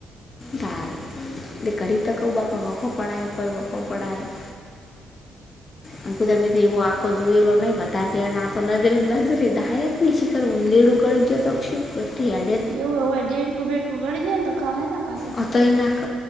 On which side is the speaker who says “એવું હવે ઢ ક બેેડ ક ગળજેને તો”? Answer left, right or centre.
Right